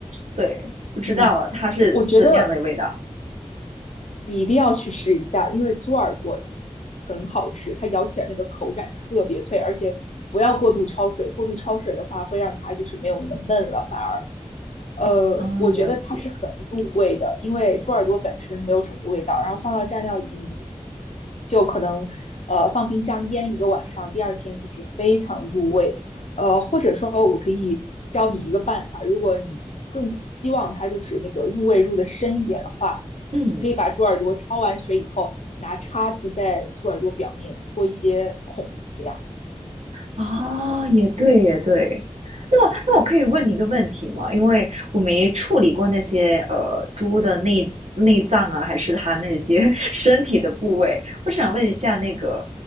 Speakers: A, on the right; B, on the left.
A: 对，不知道它是怎样的味道
B: 嗯，我觉得你一定要去试一下，因为猪耳朵很好吃，它咬起来那个口感特别脆，而且不要过度焯水，过度焯水的话会让它就是没有那么嫩了，反而。呃，
A: 啊？
B: 我觉得它是很入味的，
A: 了解，
B: 因为猪耳朵本身没有什么味道，然后放到蘸料里，你就可能呃放冰箱腌一个晚上，第二天就是非常入味。呃，或者说我可以教你一个办法，如果你更希望它就是那个入味入的深一点的话，
A: 嗯，
B: 你可以把猪耳朵焯完水以后，拿叉子在猪耳朵表面戳一些孔，这样。
A: 啊，也对，也对。那么，那我可以问你一个问题吗？
B: 嗯。
A: 因为我没处理过那些呃猪的内内脏啊，还是它那些 <laughs> 身体的部位，我想问一下，那个